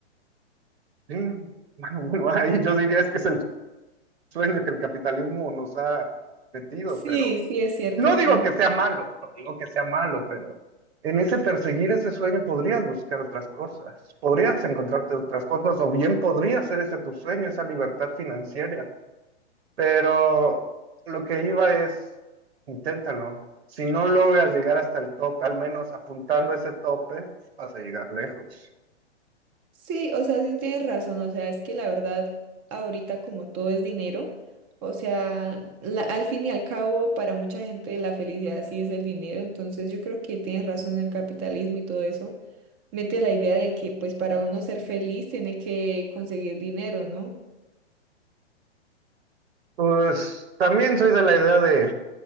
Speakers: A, on the right; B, on the right.
A: Sí, <laughs> Bueno, bueno, ahí yo diría es que es el sueño que el capitalismo nos ha metido,
B: Sí,
A: pero
B: sí, es cierto,
A: no
B: tienes
A: digo que
B: razón.
A: sea malo, no digo que sea malo, pero en ese perseguir ese sueño podrías buscar otras cosas, podrías encontrarte otras cosas, o bien podría ser ese tu sueño, esa libertad financiera. Pero lo que iba es, inténtalo. Si no logras llegar hasta el tope, al menos apuntando a ese tope, vas a llegar lejos.
B: Sí, o sea, sí tienes razón, o sea, es que la verdad, ahorita como todo es dinero, o sea, la- al fin y al cabo, para mucha gente la felicidad sí es el dinero, entonces yo creo que tienes razón en el capitalismo y todo eso, mete la idea de que pues para uno ser feliz tiene que conseguir dinero, ¿no?
A: Pues también soy de la idea de